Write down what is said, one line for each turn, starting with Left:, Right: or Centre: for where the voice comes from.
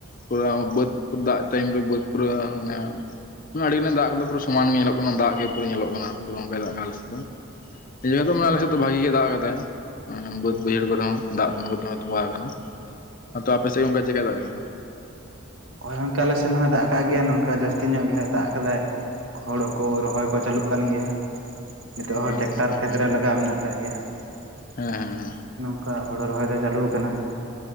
Left: ᱯᱩᱨᱟᱹ ᱵᱟᱹᱫᱽ ᱫᱟᱜ ᱴᱟᱭᱤᱢ ᱨᱮ ᱵᱟᱹᱫᱽ ᱯᱩᱨᱟᱹ ᱚᱱᱟ ᱟᱹᱰᱤ ᱜᱟᱱᱮ ᱫᱟᱜ ᱟᱠᱟᱫᱟ ᱯᱩᱨᱟᱹ ᱥᱚᱢᱟᱱ ᱜᱮ ᱧᱮᱞᱚᱜ ᱠᱟᱱᱟ ᱫᱟᱜ ᱜᱮ ᱯᱩᱨᱟᱹ ᱧᱮᱞᱚᱜ ᱠᱟᱱᱟ ᱯᱩᱨᱟᱹ ᱚᱱᱠᱟᱭ ᱫᱟᱜ ᱟᱠᱟᱱᱟ ᱟᱞᱮ ᱥᱮᱱ ᱫᱚ ᱡᱮ ᱫᱚ ᱢᱟᱱᱮ ᱟᱞᱮ ᱥᱮᱫ ᱫᱚ ᱵᱷᱟᱜᱤ ᱜᱮ ᱫᱟᱜ ᱟᱠᱟᱫᱟᱭ ᱵᱟᱹᱫᱽ ᱵᱟᱹᱭᱦᱟᱹᱲ ᱠᱚᱨᱮ ᱦᱚᱸ ᱫᱟᱜ ᱫᱚ ᱜᱳᱴᱟ ᱛᱚᱢᱵᱟᱣ ᱟᱠᱟᱱᱟ ᱛᱚ ᱟᱯᱮ ᱥᱮᱫ ᱚᱱᱠᱟ ᱪᱮᱫ ᱠᱟᱭ ᱫᱟᱜ ᱠᱟᱫᱟ
Right: ᱦᱚᱭ ᱜᱚᱝᱠᱮ ᱟᱞᱮ ᱥᱮᱱ ᱦᱚᱸᱭ ᱫᱟᱜ ᱠᱟᱜ ᱜᱮᱭᱟ ᱱᱚᱝᱠᱟ ᱡᱟᱹᱥᱛᱤ ᱧᱚᱜ ᱜᱮ ᱦᱟᱸᱜ ᱫᱟᱜ ᱟᱠᱟᱫᱟᱭ ᱾ ᱦᱳᱲᱳ ᱠᱚ ᱨᱚᱦᱚᱭ ᱠᱚ ᱪᱟᱹᱞᱩᱜ ᱠᱟᱱ ᱜᱮᱭᱟ ᱾ ᱱᱤᱛᱳᱜ ᱦᱚᱸ
Left: ᱟᱪᱪᱷᱟ
Right: ᱴᱮᱠᱴᱟᱨ
Left: ᱦᱮᱸ
Right: ᱠᱷᱮᱛ ᱨᱮ ᱞᱟᱜᱟᱣ ᱢᱮᱱᱟᱜ ᱟᱠᱟᱜ ᱜᱮᱭᱟ ᱦᱟᱸᱜ
Left: ᱦᱮᱸ
Right: ᱾
Left: ᱦᱮᱸ
Right: ᱱᱚᱝᱠᱟ ᱦᱳᱲᱳ ᱨᱚᱦᱚᱭ ᱫᱚ ᱪᱟᱹᱞᱩᱣ ᱠᱟᱱᱟ ᱾